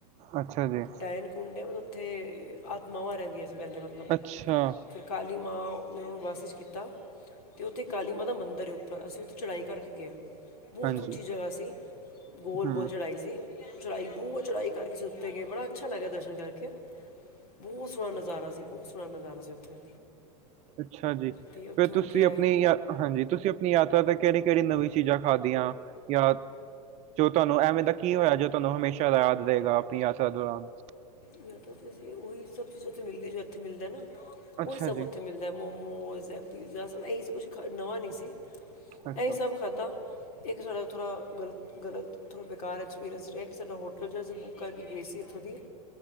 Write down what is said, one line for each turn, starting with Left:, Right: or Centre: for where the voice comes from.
Right: ਅੱਛਾ ਜੀ,
Left: ਡਾਇਨਕੁੰਡ ਹੈ ਮਤ ਉੱਥੇ ਆਤਮਾਵਾਂ ਰਹਿੰਦੀਆਂ ਸੀ ਵਹਿਲੇ ਮਤਲਬ
Right: ਅੱਛਾ,
Left: ਫਿਰ ਕਾਲੀ ਮਾਂ ਨੇ ਉਹਨੂੰ ਬੱਸ ' ਕੀਤਾ ਤੇ ਉੱਥੇ ਕਾਲੀ ਮਾ ਦਾ ਮੰਦਿਰ ਹੈ ਪਰ ਅਸੀਂ ਉੱਥੇ ਚੜ੍ਹਾਈ ਕਰਕੇ ਗਏ ਬਹੁਤ
Right: ਹਾਂਜੀ,
Left: ਉੱਚੀ ਜਗ੍ਹਾ ਸੀ ਗੋਲ
Right: ਹੂੰ,
Left: ਗੋਲ ਚੜ੍ਹਾਈ ਸੀ ਚੜਾਈ ਬੂ ਚੜਾਈ ਕਰਕੇ ਉੱਥੇ ਗਏ ਬੜਾ ਅੱਛਾ ਲੱਗਿਆ ਦਰਸ਼ਨ ਕਰਕੇ ਬਹੁਤ ਸੋਹਣਾ ਨਜ਼ਾਰਾ ਸੀ ਬਹੁਤ ਸੋਹਣਾ ਨਜ਼ਾਰਾ ਸੀ ਉੱਥੇ
Right: ਹ ਅੱਛਾ ਜੀ
Left: ਤੇ ਉੱਥੇ
Right: ਫਿਰ
Left: ਹੋ
Right: ਤੁਸੀਂ
Left: ਕੇ ਆਏ
Right: ਆਪਣੀ ਯਾ ਹਾਂਜੀ ਤੁਸੀਂ ਆਪਣੀ ਯਾਤਰਾ ਤੇ ਕਿਹੜੀ ਕਿਹੜੀ ਨਵੀਂ ਚੀਜ਼ਾਂ ਖਾਧਦੀੀਆਂ ਜਾਦ ਜੋ ਤੁਹਾਨੂੰ ਐਵੇਂ ਦਾ ਕੀ ਹੋਇਆ ਜੋ ਤੁਹਾਨੂੰ ਹਮੇਸ਼ਾ ਯਾਦ ਰਹੇਗਾ ਆਪਣੀ ਯਾਤਰਾ ਦੌਰਾਨ
Left: ਮੈਂਲ ਅਸੀਂ ਉਹੀ ਸਭ ਚੀਜ਼ ਉੱਥੇ ਮਿਲਦੀ ਜੋ ਇੱਥੇ ਮਿਲਦਾ ਨਾਂ
Right: ਅੱਛਾ
Left: ਉਹੀ ਸਭ
Right: ਜੀ,
Left: ਉੱਥੇ ਮਿਲਦਾ ਮੋ ਮੋਮੋਸ ਐ ਪੀਜ਼ਾ ਇ ਕੁਛ ਨਵਾਂ ਨੀਂ ਸੀ
Right: ਅੱਛਾ।
Left: ਇਹੀ ਸਭ ਖਾਧਾ। ਇੱਕ ਸਾਡਾ ਥੋੜ੍ਹਾ ਗਲ ਗਲਤ ਥੋੜ੍ਹਾ ਬੇਕਾਰ ਐਕਸਪੀਰੀਅੰਸ ਰਿਹਾ ਕਿ ਸਾਡਾ ਹੋਟਲ ਅਸੀਂ ਬੁੱਕ ਕਰਕੇ ਗਏ ਸੀ ਇੱਥੋਂ ਦੀ